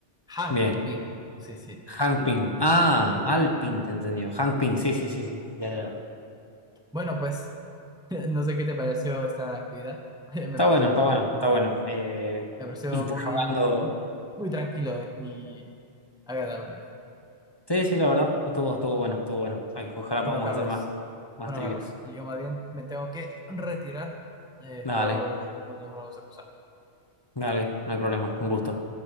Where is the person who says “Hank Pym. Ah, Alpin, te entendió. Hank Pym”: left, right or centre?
Left